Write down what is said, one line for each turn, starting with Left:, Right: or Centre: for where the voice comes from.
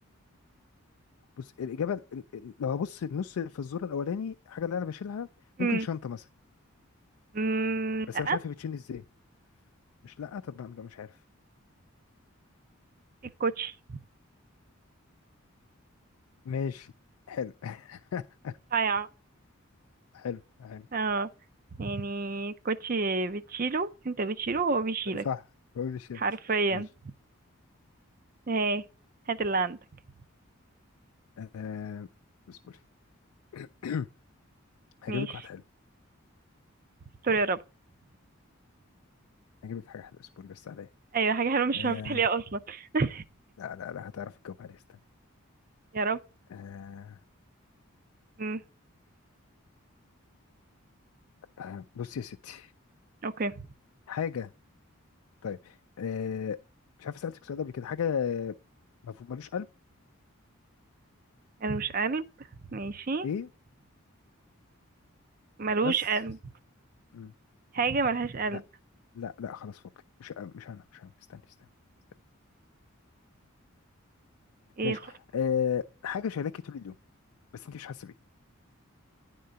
Left: بص الإجابة ال- ال- لو هبص النص في الزور الأولاني الحاجة اللي أنا بشيلها
Right: امم
Left: ممكن شنطة مثلا
Right: أمم، لا
Left: بس أنا مش عارف هي بتشيلني إزاي مش لا طب لا مش عارف
Right: الكوتشي
Left: ماشي حلو <laughs>
Right: صايعة
Left: حلو حلو
Right: اه يعني الكوتشي بتشيله انت بتشيله هو بيشيلك
Left: صح مش يعني
Right: حرفيا
Left: صح ماشي
Right: ايه هات اللي عندك
Left: آه اصبري <clears throat> هجيب
Right: ماشي
Left: لك واحد حلو
Right: استر يا رب
Left: هجيب لك حاجة حلوة اصبري بس عليا
Right: ايوه حاجة حلوة مش
Left: آه
Right: هعرف تحليها اصلا <laughs>
Left: لا لا لا هتعرف تجاوب عليها استنى
Right: يا رب
Left: آه
Right: امم
Left: آه، بصي يا ستي
Right: اوكي
Left: حاجة طيب آه مش عارف سألتك سؤال قبل كده حاجة مفهوم ملوش قلب
Right: ملوش قلب ماشي
Left: ايه
Right: ملوش
Left: بس
Right: قلب
Left: مم.
Right: حاجة ملهاش قلب
Left: لا لا لا خلاص فوق مش مش انا مش انا استني استني استني.
Right: ايه
Left: ماشي
Right: خف...
Left: آه حاجة شايلاكي طول اليوم بس انت مش حاسة بيه